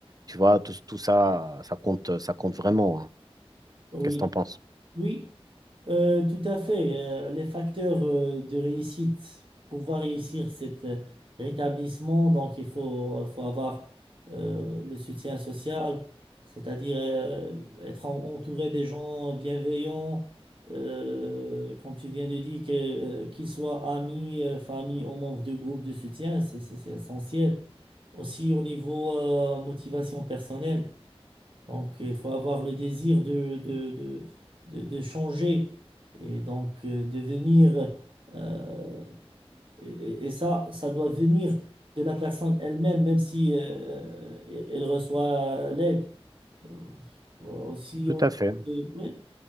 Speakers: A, on the right; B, on the right.
A: tu vois, tout, tout ça, ça compte, ça compte vraiment. hein.
B: Oui,
A: Qu'est-ce que t'en penses?
B: oui, Euh, tout à fait. Euh, les facteurs euh, de réussite, pouvoir réussir cet euh, rétablissement, donc il faut, faut avoir euh, le soutien social, c'est-à-dire euh, être en- entouré des gens bienveillants, euh, comme tu viens de dire, que, euh, qu'ils soient amis, euh, famille ou membres de groupe de soutien, c'est c'est- c'est essentiel. Aussi au niveau euh, motivation personnelle. Donc, il faut avoir le désir de, de, de, de, de changer et donc euh, devenir. euh, et, et- ça, ça doit venir de la personne elle-même, même si euh, elle reçoit l'aide. Euh, aussi,
A: Tout
B: on.
A: à fait.
B: de- oui,